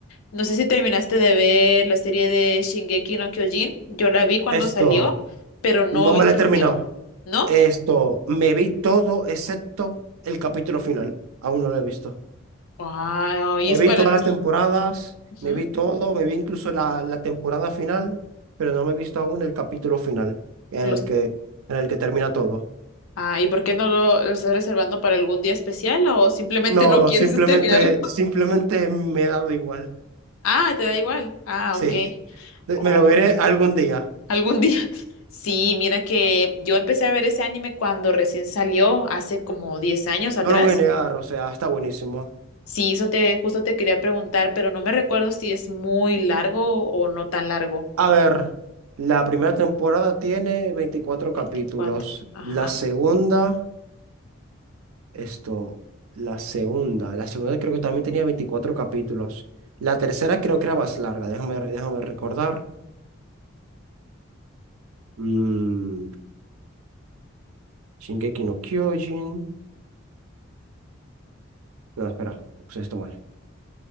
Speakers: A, on the left; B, on the right.
A: No sé si terminaste de ver la serie de Shingeki no Kyojin. Yo la vi cuando
B: Esto,
A: salió, pero no
B: no
A: he
B: me
A: visto
B: lo he
A: el
B: terminado.
A: final. ¿No?
B: Esto, me vi todo excepto el capítulo final. Aún no lo he visto.
A: Wow, y
B: Me
A: es
B: vi
A: para
B: todas
A: el-
B: las temporadas,
A: Ujú,
B: me vi todo, me vi incluso la, la temporada final, pero no me he visto aún el capítulo final, en
A: los...
B: el que, en el que termina todo.
A: Ah, ¿y por qué no lo, lo estás reservando para algún día especial o simplemente
B: No,
A: no quieres
B: simplemente,
A: <laughs> terminarlo?
B: simplemente me ha dado igual.
A: Ah, te da igual. Ah,
B: Sí,
A: ok.
B: <laughs>
A: O
B: me lo veré algún día.
A: algún día. <laughs> Sí, mira que yo empecé a ver ese anime cuando recién salió, hace como 10 años
B: No
A: atrás.
B: lo voy a negar, o sea, está buenísimo.
A: Sí, eso te, justo te quería preguntar, pero no me recuerdo si es muy largo o no tan largo.
B: A ver, la primera temporada tiene 24 capítulos,
A: 24, Ajá.
B: la segunda... Esto, la segunda. La segunda creo que también tenía 24 capítulos. La tercera creo que era más larga. Déjame, déjame recordar. Mm, Shingeki no Kyojin. No, espera, puse esto mal.